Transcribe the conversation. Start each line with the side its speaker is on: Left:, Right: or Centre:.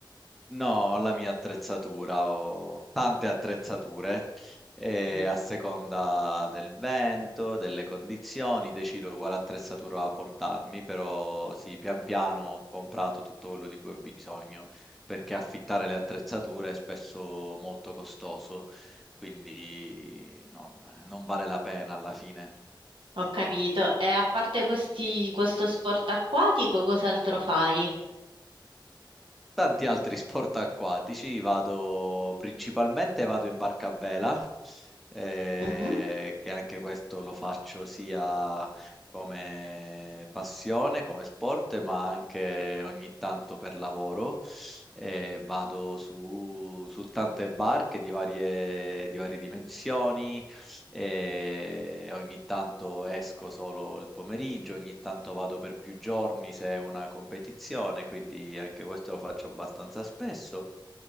Centre: no, ho la mia attrezzatura, ho tante attrezzature e
Right: Mm.
Centre: a seconda del vento, delle condizioni, decido quale attrezzatura portarmi, però sì, pian piano ho comprato tutto quello di cui ho bisogno, perché affittare le attrezzature è spesso molto costoso. Quindi non non vale la pena alla fine.
Right: Ho capito. E a parte questi, questo sport acquatico, cos'altro fai?
Centre: tanti altri sport acquatici, vado principalmente vado in barca a vela, eh,
Right: Mhm.
Centre: che anche questo lo faccio sia come passione, come sport, ma anche ogni tanto per lavoro. Eh, vado su, su tante barche di varie, di varie dimensioni e ogni tanto esco solo il pomeriggio, ogni tanto vado per più giorni se è una competizione, quindi anche questo lo faccio abbastanza spesso.